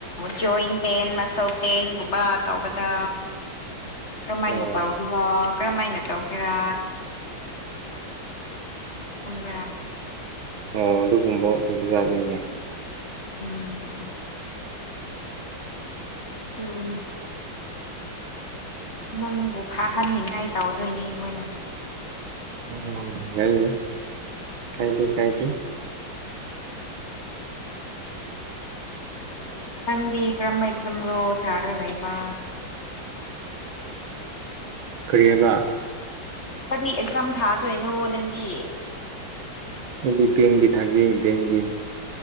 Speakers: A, on the left; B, on the right.
A: ꯖꯣꯏꯟ ꯄꯦꯟ ꯃꯁꯜ ꯄꯦꯟꯒꯨꯝꯕ ꯇꯧꯕꯗ ꯀꯔꯝꯃꯥꯏꯅ
B: ꯑꯣ
A: ꯇꯧꯒꯦꯔꯥ ꯀꯔꯝꯃꯥꯏꯅ ꯇꯧꯒꯦꯔꯥ ꯈꯪꯕ꯭ꯔꯥ
B: ꯑꯣ ꯑꯗꯨꯒꯨꯝꯕ ꯑꯣꯏꯕ ꯌꯥꯥꯠꯅꯤꯅꯦ
A: ꯎꯝ ꯑꯗꯨꯅꯤ ꯅꯪꯕꯨ ꯐꯥꯍꯟꯅꯤꯡꯉꯥꯏ ꯇꯧꯗꯣꯏꯅꯤ ꯑꯩꯈꯣꯏꯅ
B: ꯎꯝ ꯌꯥꯏ ꯌꯥꯢ ꯀꯥꯏꯗꯦ ꯀꯥꯏꯗꯦ
A: ꯅꯪꯗꯤ ꯀꯔꯝꯕ ꯑꯦꯛꯖꯝꯔꯣ ꯊꯥꯔ ꯂꯩꯕ
B: ꯀꯔꯤ ꯍꯥꯏꯕ
A: ꯀꯔꯤ ꯑꯦꯛꯖꯥꯝ ꯊꯥꯗꯣꯢꯅꯣ ꯅꯪꯗꯤ
B: ꯑꯩꯗꯤ ꯕꯦꯡꯒꯤ ꯊꯥꯒꯦ ꯕꯦꯡꯒꯤ